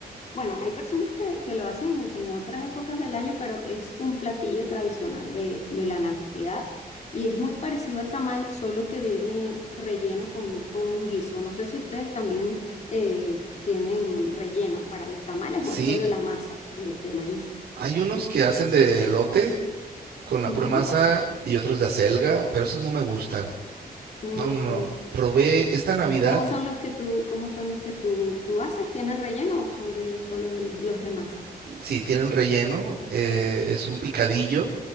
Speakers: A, on the left; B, on the right.
A: Bueno, hay personas que, que lo hacen en, en otras épocas del año, pero es un platillo tradicional de, de la Navidad y es muy parecido al tamal, solo que viene relleno con, con un guiso. No sé si ustedes también eh, tienen rellenos para los tamales
B: ¿sí?
A: o es solo la masa de, de maíz.
B: Hay unos que hacen de elote con la
A: Ujú.
B: pura masa y otros de acelga, pero esos no me gustan.
A: Ok.
B: No, no, no. Probé esta Navidad,
A: ¿Cómo son los que tú, cómo son los que tú, tú haces? ¿Tienen relleno o son de solo de- los de masa?
B: sí, tienen relleno, eh, es un picadillo,